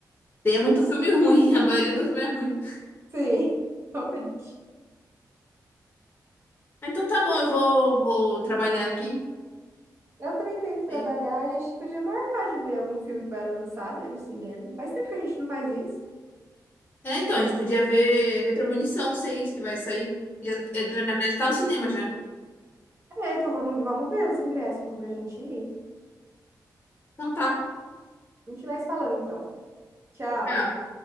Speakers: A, on the left; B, on the right.
A: Tem muito filme ruim, <laughs> a maioria dos filmes é ruim.
B: Sim, <laughs> realmente.
A: Então tá bom, eu vou, vou trabalhar aqui.
B: Eu também tenho que trabalhar.
A: ok?
B: A gente podia marcar de ver algum filme que vai lançar, né, no cinema. Faz tempo que a gente não faz isso.
A: É, então, a gente podia ver, ver Premonição 6 que vai sair. Já, é, na verdade, tá no cinema já.
B: É, então vamos, vamos ver os ingressos, então, pra gente ir.
A: Então tá.
B: A gente vai se falando, então. Tchau.
A: Tchau.